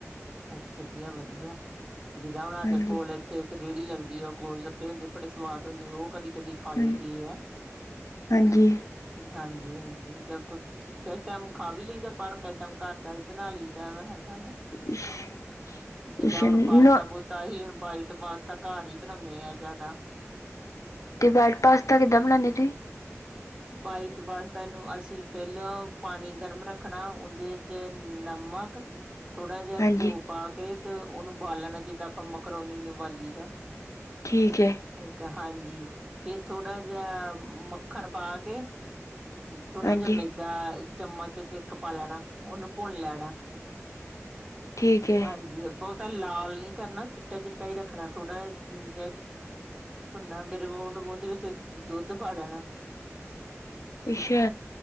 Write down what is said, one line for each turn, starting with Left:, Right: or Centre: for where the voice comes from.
Right: ਅੱਛਾ ਵਧੀਆ, ਵਧੀਆ। ਜਿੱਦਾਂ ਹੁਣ ਸਾਡੇ
Left: ਹਾਂਜੀ
Right: ਕੋਲ ਇੱਥੇ ਰੇਹੜੀ ਲਗਦੀ ਉਹ ਗੋਲ-ਗੱਪੇ ਹੁੰਦੇ ਬੜੇ ਸਵਾਦ ਹੁੰਦੇ ਉਹ ਕਦੀ, ਕਦੀ ਖਾ ਲਈ
Left: ਹਾਂਜੀ
Right: ਦੇ ਹੈ।
Left: ਹਾਂਜੀ
Right: ਹਾਂਜੀ, ਹਾਂਜੀ ਜੀ ਬਿਲਕੁੱਲ। ਕਈ ਟਾਈਮ ਖਾ ਵੀ ਲਈਦਾ ਬਾਹਰ ਦਾ। ਕਈ ਟਾਈਮ ਘਰ ਦਾ ਵੀ ਬਣਾ ਲਈਦਾ ਵਾ ਹੈਗਾ ਵਾ।
Left: <inaudible>
Right: ਜਿੱਦਾਂ
Left: ਇਸ਼ਨ
Right: ਹੁਣ ਪਾਸਤਾ
Left: ਨੋ
Right: ਪੂਸਤਾ ਅਸੀਂ ਹੁਣ ਵਾਈਟ ਪਾਸਤਾ ਘਰ ਹੀ ਬਣਾਉਦੇ ਹਾਂ ਜਿਆਦਾ।
Left: ਤੇ ਵਾਈਟ ਪਾਸਤਾ ਕਿੱਦਾਂ ਬਣਾਉਦੇ ਤੁਸੀਂ।
Right: ਬਾਈਟ ਪਾਸਤੇ ਨੂੰ ਅਸੀਂ ਪਹਿਲਾਂ ਪਾਣੀ ਗਰਮ ਰੱਖਣਾ ਉਹਦੇ ਚ ਨਮਕ ਥੋੜ੍ਹਾ ਜਿਹਾ
Left: ਹਾਂਜੀ
Right: ਘਿਓ ਪਾ ਕੇ ਤੇ ਉਹਨੂੰ ਵਾਲ ਲੈਣਾ ਜਿੱਦਾਂ ਆਪਾਂ ਮਕਰੋਉਨੀ ਨੂੰ ਵਾਲੀ ਦਾ।
Left: ਠੀਕ ਹੈ
Right: ਠੀਕ ਹੈ ਹਾਂਜੀ ਫੇਰ ਥੋੜਾ ਜਿਹਾ ਮੱਖਣ ਪਾ ਕੇ ਥੋੜਾ
Left: ਹਾਂਜੀ
Right: ਜਿਹਾ ਮੈਦਾ ਚਮਚ ਇੱਕ ਇੱਕ ਪਾ ਲੈਣਾ ਉਹਨੂੰ ਭੁੰਨ ਲੈਣਾ
Left: ਠੀਕ ਹੈ
Right: ਹਾਂਜੀ ਬਹੁਤਾ ਲਾਲ ਨੀ ਕਰਨਾ ਚਿੱਟਾ ਚਿੱਟਾ ਹੀ ਰੱਖਣਾ ਥੋੜਾ ਜਿਹਾ ਭੁੰਨਾ ਫਿਰ ਬੁੰਦ ਬੁੰਦ ਵਿੱਚ ਦੁੱਧ ਪਾ ਦੇਣਾ।
Left: ਅੱਛਾ